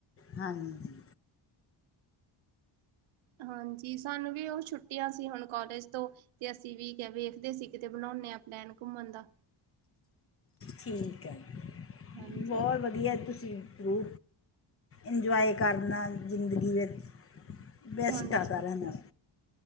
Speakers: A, on the left (about 30°); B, on the right (about 75°).
A: ਹਾਂਜੀ।
B: ਹਾਂਜੀ ਸਾਨੂੰ ਵੀ ਓ ਛੁੱਟੀਆਂ ਸੀ ਹੁਣ ਕੋਲਜ ਤੋਂ ਤੇ ਅਸੀਂ ਵੀ -ਕ ਵੇਖਦੇ ਸੀ ਕਿਤੇ ਬਣਾਉਂਨੇ ਆ ਪਲੈਨ ਘੁੰਮਣ ਦਾ।
A: ਠੀਕ ਹੈ,
B: ਹਾਂਜੀ
A: ਬਹੁਤ ਵਧੀਆ ਤੁਸੀਂ ਰੂ ਇੰਜੋਏ ਕਰਨ ਨਾਲ਼ ਜ਼ਿੰਦਗੀ ਵਿੱਚ ਬੈਸਟ
B: ਹਾਂਜੀ
A: ਆ ਸਾਰਿਆ ਨਾਲ